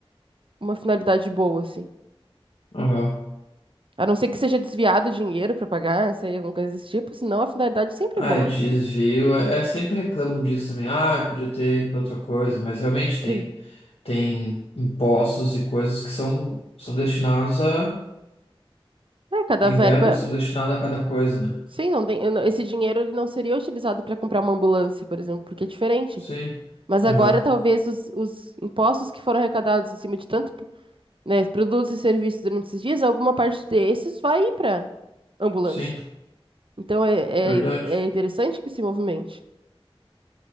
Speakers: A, on the right; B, on the left.
A: uma finalidade boa, assim.
B: aham.
A: A não ser que seja desviado dinheiro para pagar, não sei, alguma coisa desse tipo, senão a finalidade sempre
B: Ah,
A: é boa.
B: é desvio, é, é sempre reclamam disso também. Ah, podia ter ido pra outra coisa, mas realmente tem,
A: Hum.
B: tem impostos e coisas que são, são destinados a...
A: É, cada
B: Tem
A: verba.
B: verbas que são destinadas a cada coisa, né?
A: Sim, não tem, eu não- esse dinheiro ele não seria utilizado para comprar uma ambulância, por exemplo, porque é diferente.
B: Sim,
A: Mas agora
B: aham,
A: talvez os, os impostos que foram arrecadados em cima de tanto, né, produtos e serviços durante esses dias, alguma parte desses vai ir para ambulância.
B: sim,
A: Então é,
B: verdade.
A: é, é interessante que se movimente.